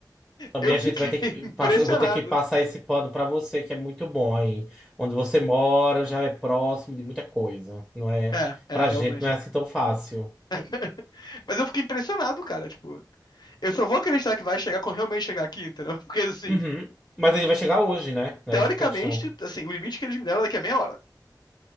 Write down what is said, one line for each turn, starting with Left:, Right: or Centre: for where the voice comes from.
Centre: Também
Left: Eu
Centre: a
Left: fiquei
Centre: gente vai ter
Left: <laughs>
Centre: que
Left: impressionado.
Centre: passar, eu vou ter que passar esse pano pra você, que é muito bom aí. Onde você mora já é próximo de muita coisa, não é?
Left: É, é,
Centre: Pra
Left: realmente.
Centre: gente não é assim tão fácil.
Left: <laughs> Mas eu fiquei impressionado, cara. Tipo, eu só vou acreditar que vai chegar quando realmente chegar aqui, entendeu? <laughs> Porque, assim,
Centre: Uhum. Mas ele vai chegar hoje, né? É
Left: teoricamente,
Centre: Essa que é a questão.
Left: assim, o limite que eles me deram é daqui a meia hora.